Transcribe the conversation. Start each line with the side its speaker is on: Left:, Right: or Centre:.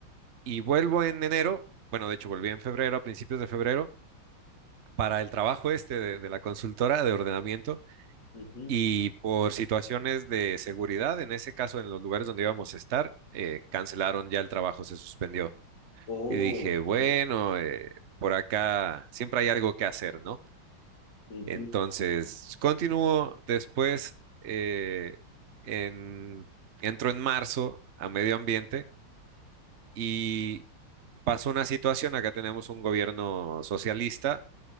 Right: y vuelvo en enero, bueno, de hecho volví en febrero, a principios de febrero para el trabajo este de, de la consultora de ordenamiento
Left: ujú.
Right: y por situaciones de seguridad, en ese caso en los lugares donde íbamos a estar, eh, cancelaron ya el trabajo, se suspendió.
Left: Oh,
Right: Y dije, bueno,
Left: ya.
Right: eh, por acá siempre hay algo que hacer, ¿no?
Left: ujú.
Right: Entonces, continúo después, eh, en, entro en marzo a medio ambiente y pasó una situación, acá tenemos un gobierno socialista,